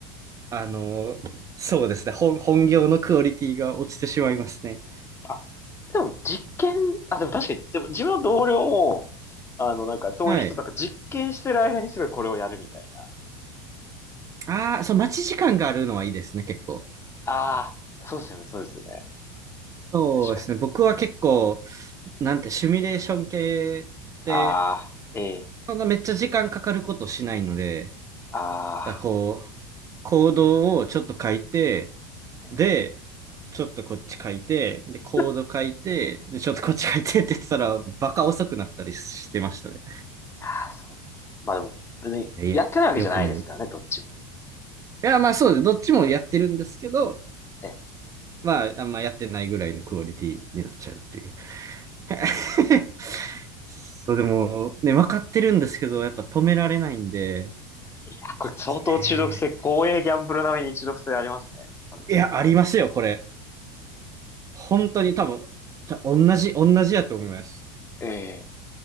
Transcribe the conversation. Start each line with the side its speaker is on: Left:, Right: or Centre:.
Right: あのーそうですね、本、本業のクオリティが落ちてしまいますね。
Left: あ、でも実験、あ、でも確かに、でも自分の同僚も、あの、なんかそういう人、
Right: はい。
Left: なんか実験してる間にすごいこれをやるみたいな。
Right: ああ、そう、待ち時間があるのはいいですね、結構。
Left: ああ、そうですよね、そうですよね。
Right: そうですね、
Left: 確かに。
Right: 僕は結構、なんて、シミュレーション系って、
Left: ああ、ええ、
Right: そんなめっちゃ時間かかることしないので、
Left: あ
Right: あこう、コードをちょっと書いて、
Left: あ、ね、
Right: で、ちょっとこっち書いて、で、コード書いて、
Left: <laughs> いや
Right: で、ちょっとこっち書いて <laughs> って言ってたら、バカ遅くなったりしてましたね。
Left: ーそうそう。まあでも、別にやってないわけじゃないですからね、
Right: いやいや、良くない。い
Left: どっちも。
Right: や、まあそうです。どっちもやってるんですけど、
Left: ね。
Right: まあ、あんまやってないぐらいのクオリティになっちゃうっていう。<laughs> そう、でも、ね、分かってるんですけど、やっぱ止められないんで、
Left: うんいやー、これ相当中毒性、
Right: ちょっとね。
Left: 公営ギャンブル並みに中毒性ありますね、多分。
Right: いや、ありますよ、これ。本当に多分、た同じ、同じやと思います。
Left: ええ。